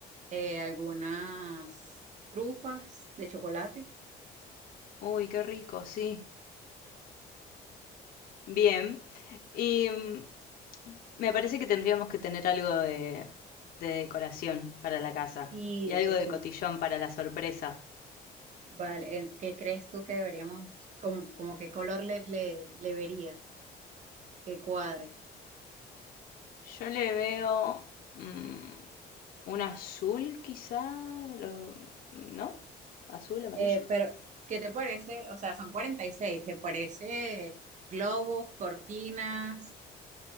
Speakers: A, on the right; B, on the left.
A: eh, algunas trufas de chocolate
B: Uy, qué rico, sí. Bien, y mm, me parece que tendríamos que tener algo de, de decoración para la casa
A: y
B: y algo
A: esos
B: de
A: son,
B: cotillón para la sorpresa.
A: vale, eh, ¿qué crees tú que deberíamos, como, como qué color le, le, le verías, que cuadre?
B: Yo le veo mm, un azul quizá, lo- ¿no? Azul, amarillo.
A: Eh, pero, ¿qué te parece? O sea, son cuarenta y seis ¿te parece globos, cortinas?